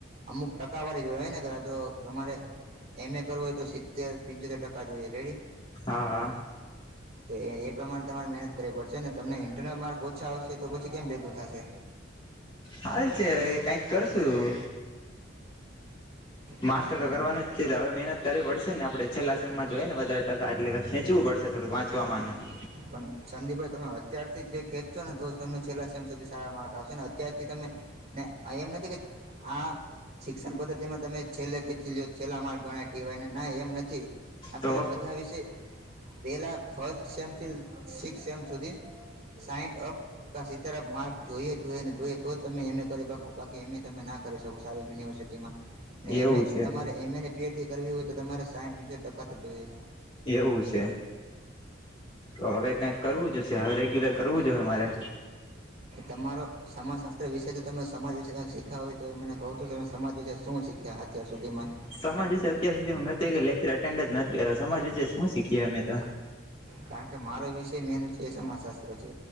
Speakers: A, on the right (about 35°); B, on the left (about 30°).
A: અમુક ટકાવારી જોહે ને કે જો તમારે એમ એ કરવું હોય તો સી તેર પિન્ચોતેર ટકા જોઈએ રેડી.
B: હા હા
A: તો એ એ પ્રમાણે તમારે મહેનત કરવી પડશે ને તમને ઇન્ટરનલ માર્ક ઓછા આવશે તો પછી કેમ ભેગું થશે.
B: હાલ છે હવે કંઈક કરશું.
A: તમારે
B: માસ્ટર
A: તમારે
B: તો કરવાનું જ છે તો હવે મહેનત કરવી પડશે ને આપડે છેલ્લા સેમમાં જોઈએ ને વધારે ટકા એટલે ખેંચવું પ પડશે થોડુંક વાંચવામાં ને.
A: પણ સંદીપભાઈ તમે અત્યારથી જે ખેંચ છો ને તો જ તમને છેલ્લા સેમ સુધી સારા માર્ક આવ શે ને અત્યારથી તમે ને એમ નથી કે આ શિક્ષણ પદ્ધતિમાં તમે છેલ્લે ખેંચી લ્યો છેલ્લા માર્ક ગણાય ટી વાય ના ન એમ નથી આખેલ
B: તો
A: બધા વિશે પેલા ફસ્ટ સેમ થી સિક્સ સેમ સુધી સાઈન્ટ અપ કા સીતેર અપ માર્ક જોઈએ જોઈએ ને જોઈએ તો જ તમે એમ એ કરી બાકો બાકી એમ એ તમે ના કરી શકો સારી યુનિવર્સિટીમાં અને
B: એવું
A: એમ એ
B: છે
A: તમારે એમ એ ને પી એચ ડી કરવી હોય તો તમારે સાઈટ સીતેર ટકા તો જોએ જ.
B: એવું છે તો હવે કાંઈક કરવું જ છે હવે રેગ્યુલર કરવું જોઈએ મારે
A: તમારો સામા સાસ માત્ર વિશે જો તો તમે સમાજ વિશે કંઈક શીયખા હોય તો એ મને કહો તો તમે સમાજ વિશે શું શીખ્યા અત્યાર સુધીમાં.
B: સમાજ વિશે અત્યાર સુધીમાં મેં તો એક લેક્ચર અટેન્ડ જ નથી કર્યો સમાજ વિશે શું શીખીએ અમે તો
A: કારણ કે મારો વિષય મેન વિષય સમાજશાસ્ સ્ત્ર છે